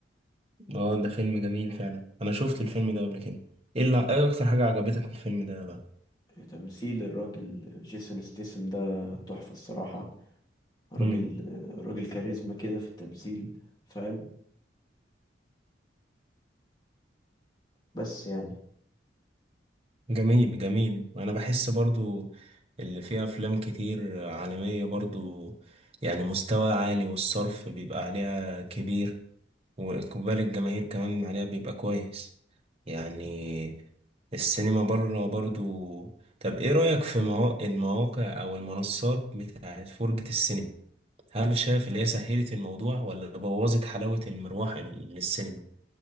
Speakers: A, on the right (about 35°); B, on the left (about 25°).
A: اه ده فيلم جميل فعلا انا شفت الفيلم ده قبل كده ايه اللي ايه اكتر حاجة عجبتك في الفيلم ده بقى
B: تمثيل الراجل جيسون ستيسم ده تحفة الصراحة راجل
A: مم.
B: راجل كاريزما كده في التمثيل فاهم بس يعني
A: جميل جميل انا بحس برضو اللي فيه افلام كتير عالمية برضو يعني مستوى عالي والصرف بيبقى عليها كبير واقبال الجماهير كمان عليها بيبقى كويس يعني السينما بره برضو طب ايه رأيك في موا- المواقع او المنصات بتاعت فرجة السينما هل شايف اللي هي سهلت الموضوع ولا بوظت حلاوة المروح للسينما